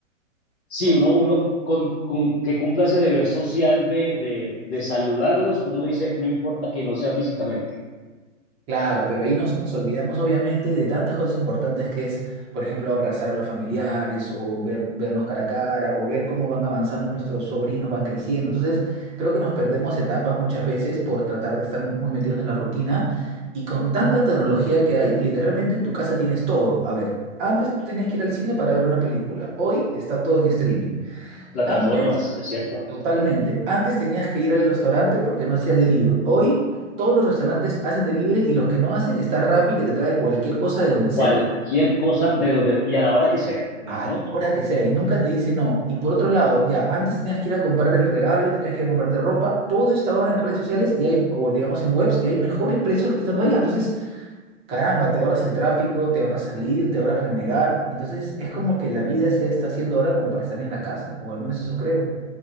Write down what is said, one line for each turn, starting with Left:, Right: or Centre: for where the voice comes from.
Left: Sí, uno, uno con, con que cumpla ese deber social de, de, de saludarlos, uno dice, no importa que no sea físicamente.
Right: Claro, pero ahí nos, nos olvidamos obviamente de tantas cosas importantes que es, por ejemplo, abrazar a los familiares o ver, vernos cara a cara o ver cómo van avanzando nuestros sobrinos, van creciendo. Entonces, creo que nos perdemos etapas muchas veces por tratar de estar muy metidos en la rutina y con tanta tecnología que hay, literalmente en tu casa tienes todo. A ver, antes tú tenías que ir al cine para ver una película, hoy está todo en streaming.
Left: Plataformas,
Right: Antes...
Left: es cierto.
Right: Totalmente. Antes tenías que ir al restaurante porque no hacía delivery. Hoy todos los restaurantes hacen delivery y los que no hacen está Rappi que te trae cualquier cosa de donde
Left: Cualquier
Right: sea,
Left: cosa de donde y a la hora que sea. Ujú.
Right: a la hora que sea y nunca te dice no. Y por otro lado, ya antes tenías que ir a comprar el regalo, tenías que ir a comprarte ropa, todo está ahora en redes sociales y hay, o digamos en webs, y hay mejores precios que estando allá. Entonces, caramba, te ahorras el tráfico, te ahorras salir, te ahorras renegar. Entonces, es como que la vida se está haciendo ahora como para estar en la casa, o al menos eso creo.